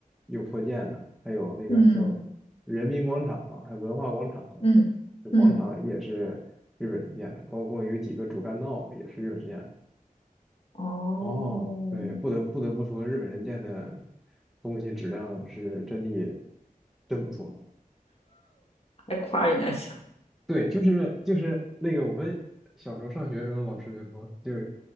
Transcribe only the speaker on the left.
嗯
嗯嗯，
哦，
还夸人家一下。